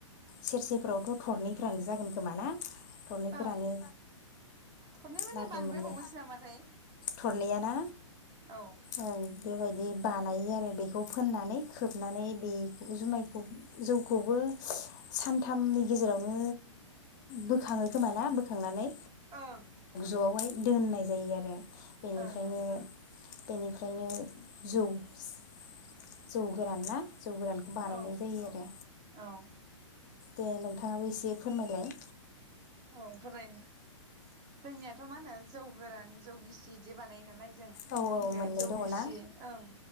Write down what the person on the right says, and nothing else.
ओं थरनै माने
बांद्रायबावोसो
नामाथाय
औ
ओं
ओं
औ
औ
औ फरायनो जोंनियाथ' मा होनो जौ गोरान जौ गिसि बिदि बानायो नालाय जों
गिबियावनो
जौ
गिसि
ओं